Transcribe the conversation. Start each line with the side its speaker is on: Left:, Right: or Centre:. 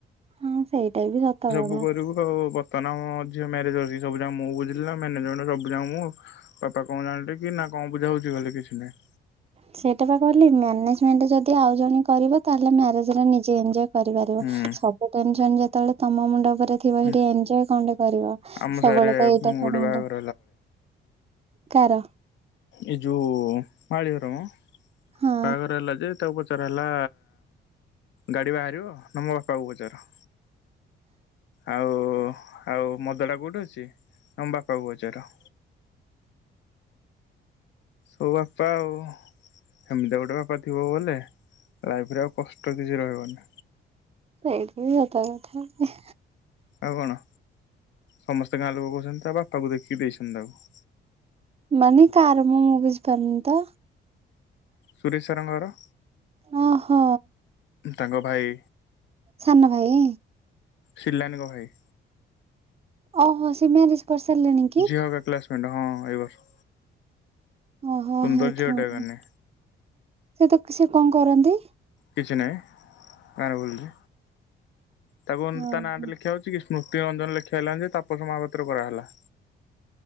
Right: ହଁ ସେଇଟା ବି ସତ କ
Left: ବୁ କରିବୁ ଆଉ ବର୍ତ୍ତମାନ ଆମ ଝିଅ ମ୍ୟାରେଜ ଅଛି ସବୁ ଯାକ ମୁଁ ବୁଝିଲି ନା ମ୍ୟାନେଜ ସବୁ ଯାକ ମୁଁ ବାପା କଣ ଜାଣିଲେ କି ନା କଣ ବୁଝା ବୁଝି ହଉଛି କଲେ କିଛି ନାଇଁ।
Right: ସେଇଟା ବା କହିଲି ମାନେଜମେଣ୍ଟ ଯଦି ଆଉ ଜଣେ କରିବ ତାହେଲେ ମ୍ୟାରେଜରେ ନିଜେ ଏନଜ କରିପାରିବ
Left: ହୁଁ
Right: ସବୁ ଟେନସନ ଯେତେବେଳେ ତମ ମୁଣ୍ଡ ଉପରେ। ଥିବ
Left: ହୁଁ
Right: ହେଇଠି ଏନଜଏ କଣ ଟେ କରିବ ସବୁବେଳେ
Left: ଆମ ସାହିରେ
Right: ତ ଏଇଟା
Left: ଗୋଟେ
Right: କଣ
Left: ବାହାଘର
Right: ଟା କାର।
Left: ଏ ଜଉ ମାଳି ହର ମ
Right: ହଁ।
Left: ବାଘର ହେଲା ଯେ ତାପ ଚର ହେଲା ଗାଡି ବାହାରିବ ନା ମୋ ବାପାଙ୍କୁ ପଚାର। ଆଉ ଆଉ ମଦ ଡା କୋଉଠେ ଅଛି ନା ମ ବାପାଙ୍କୁ ପଚାର। ସବୁ ବାପା ଆଉ। ହେମିତିଆ ଗୋଟେ ବାପା ଥିବ ବୋଲେ ଲାଇଫ ରେ ଆଉ କଷ୍ଟ କିଛି ରହିବନି।
Right: ସେଇଟି ବି ସତ କଥା।
Left: ଆଉ କଣ ସମସ୍ତେ ଗାଁ ଲୋକ କହୁଛନ୍ତି ତା ଆ ବାପାକୁ ଦେଖିକି ଦେଇଛନ୍ତି ତାକୁ।
Right: ମାନେ କାହାର ମୁଁ ମୁଁ ବୁଝିପାରୁନି ତ।
Left: ସୁରେଶ ସାରଙ୍କର।
Right: ଓହୋ।
Left: ତାଙ୍କ ଭାଇ।
Right: ସାନ ଭାଇ।
Left: ଶିଲଲାନି ଙ୍କ ଭା ଇ।
Right: ଓହୋ ସେ ମାରେଜ। କରିସାରିଲଣି।
Left: ଝିଅ ହ ଗା କ୍ଲାସମେଣ୍ଟ ହଁ ଏ ବର୍ଷ।
Right: ଓହୋ
Left: ସୁନ୍ଦର
Right: ହେଇଥିବ
Left: ଝିଅଟେ ଏକା ନେ
Right: ସେ ତ ସେ କଣ କରନ୍ତି?
Left: କିଛି ନହିଁ ଗାଁରେ ବୁଲୁଛି ତାକୁ
Right: ଓହୋ
Left: ତା ନାଁଟେ ଲେଖିବା ହଉଛି କି? ସ୍ମୃତିଆଞ୍ଜନ ଲେଖି ଆଇଲନି ଯେ ତାପସ ମହାପାତ୍ର କରାହେଲା।